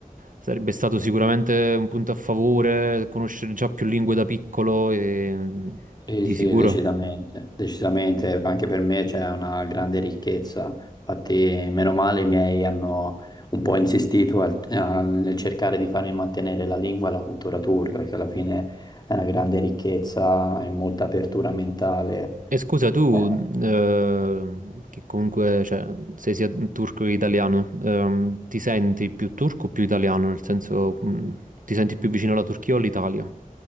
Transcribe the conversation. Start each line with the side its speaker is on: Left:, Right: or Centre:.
Right: sarebbe stato sicuramente un punto a favore conoscere già più lingue da piccolo e mh,
Left: Sì,
Right: di
Left: sì,
Right: sicuro.
Left: decisamente, decisamente, anche per me c'è una grande ricchezza, infatti meno male i miei hanno un po' insistito al- a- nel cercare di farmi mantenere la lingua e la cultura turca, perché alla fine è una grande ricchezza e molta apertura mentale,
Right: E scusa, tu,
Left: Eh,
Right: eh, che comunque, cioè, sei sia turco che italiano, ehm, ti senti più turco o più italiano? Nel senso, mh, ti senti più vicino alla Turchia o all'Italia?